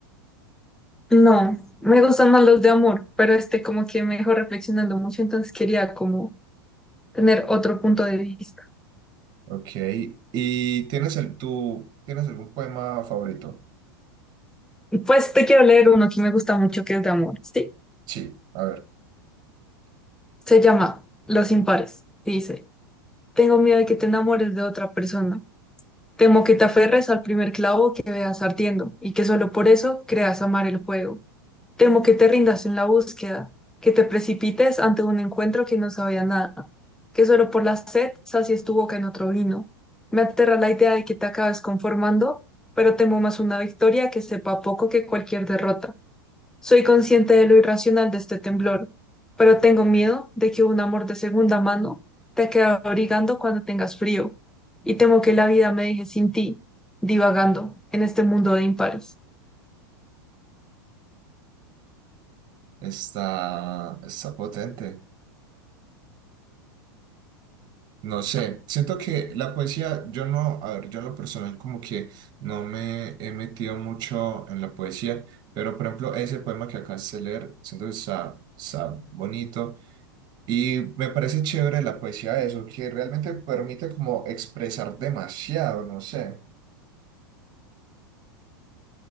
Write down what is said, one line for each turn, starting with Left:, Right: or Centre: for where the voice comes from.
Centre: No, me gustan más los de amor, pero este como que me dejó reflexionando mucho, entonces quería como tener otro punto de vista.
Right: Ok, ¿y tienes el, tú, tienes algún poema favorito?
Centre: Y pues te quiero leer uno que me gusta mucho, que es de amor, ¿sí?
Right: Sí, a ver.
Centre: Se llama Los impares. y Dice, tengo miedo de que te enamores de otra persona Temo que te aferres al primer clavo que veas ardiendo y que solo por eso creas amar el juego. Temo que te rindas en la búsqueda, que te precipites ante un encuentro que no sabía nada, que solo por la sed sacies tu boca en otro vino. Me aterra la idea de que te acabes conformando, pero temo más una victoria que sepa poco que cualquier derrota. Soy consciente de lo irracional de este temblor, pero tengo miedo de que un amor de segunda mano te quede abrigando cuando tengas frío, y temo que la vida me deje sin ti, divagando en este mundo de impares.
Right: Está, está potente. No sé, siento que la poesía, yo no, a ver, yo en lo personal como que no me he metido mucho en la poesía, pero por ejemplo ese poema que acabas de leer, siento que está, está bonito y me parece chévere la poesía de eso, que realmente permite como expresar demasiado, no sé.